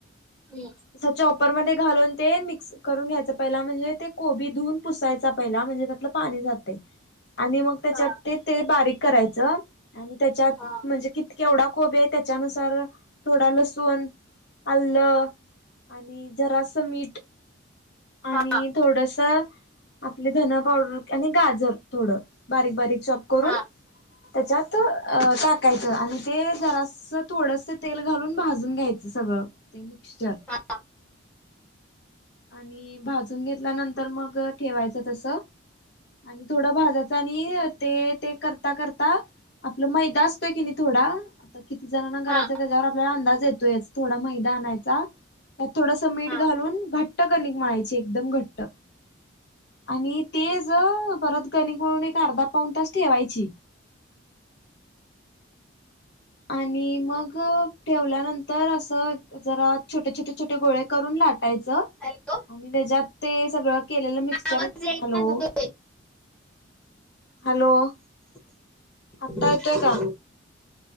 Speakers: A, in the centre; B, on the left (about 55°).
A: हम्म
B: असं चॉपर मध्ये घालून ते मिक्स करून घ्यायचं. पहिला म्हणजे ते कोबी धुऊून पुसायचा पहिला म्हणजे त्यातलं पाणी जातय आणि मग त्याच्यात
A: हा
B: ते ते बारीक करायचं आणि त्याच्यात
A: हां.
B: म्हणजे कित केवढा कोबी आहे त्याच्यानुसार थोडा लसूण, आलं आणि जरासं मीठ आणि
A: हा
B: थोडंसं आपले धना पावडर आणि गाजर थोडं बारीक बारीक चॉप करून
A: हा
B: त्याच्यात टाकायचं आणि ते जरास थोडस तेल घालून भाजून घ्यायचं सगळं ते मिक्स्चर.
A: हा
B: आणि भाजून घेतल्यानंतर मग ठेवायचं तस. आणि थोडं भाजायच आणि ते ते करता करता आपलं मैदा असतोय की नाही थोडा आता किती जणांना
A: हा
B: करायच त्याच्यावर आपल्याला अंदाज येतोयच. थोडा मैदा आणायचा त्यात थोडस मीठ
A: हा
B: घालून घट्ट कणिक माळायची एकदम घट्ट. आणि ते ज परत कणिक मळून एक अर्धा पाऊन तास ठेवायची. आणि मग ठेवल्यानंतर असं जरा छोटे छोटे छोटे गोळे करून लाटायचं.
A: हॅलो.
B: आणि त्याच्यात ते सगळं केलेलं मिक्चर
A: आवाज येईना
B: हॅलो.
A: तुझा
B: हॅलो.
A: <inaudible>
B: आत्ता येतोय का?